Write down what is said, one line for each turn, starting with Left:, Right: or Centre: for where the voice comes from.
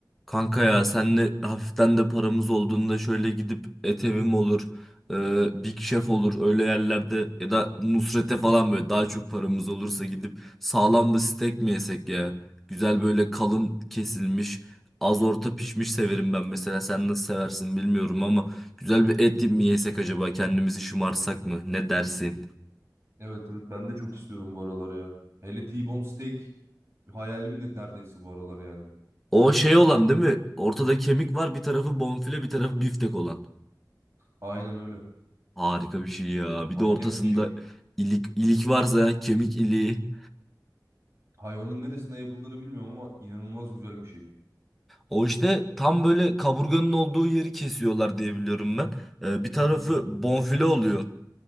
Centre: Kanka ya senle hafiften de paramız olduğunda şöyle gidip Et Evim olur, e, Big Chef olur öyle yerlerde ya da Nusret'e falan böyle daha çok paramız olursa gidip sağlam bir steak mi yesek ya? Güzel böyle kalın kesilmiş, az orta pişmiş severim ben mesela. Sen nasıl seversin bilmiyorum ama güzel bir et mi yesek acaba kendimizi şımarsak mı? Ne dersin?
Right: Evet evet ben de çok istiyorum bu aralar ya. Hele T-bone steak hayalim ne- neredeyse bu aralar yani.
Centre: O şey olan değil mi? Ortada kemik var bir tarafı bonfile bir tarafı biftek olan.
Right: Aynen öyle.
Centre: Harika bir şey ya.
Right: Manyak
Centre: Bir de ortasında
Right: bir şey.
Centre: ilik, ilik varsa kemik iliği.
Right: Hayvanın neresinden yapıldığını bilmiyorum ama inanılmaz güzel bir şey.
Centre: O işte tam böyle kaburganın olduğu yeri kesiyorlar diye biliyorum ben. Ee, bir tarafı
Right: Hmm,
Centre: bonfile oluyor.